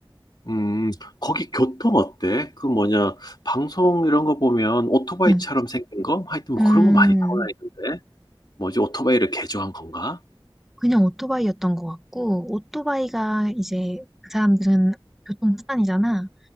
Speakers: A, on the left; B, in the centre.
A: 음, 거기 교통 어때? 그 뭐냐, 방송 이런 거 보면 오토바이처럼
B: 응.
A: 생긴 거? 하여튼 뭐
B: 음,
A: 그런 거 많이 타고 다니던데. 뭐지, 오토바이를 개조한 건가?
B: 그냥 오토바이였던 것 같고, 오토바이가 이제 그 사람들은 교통수단이잖아.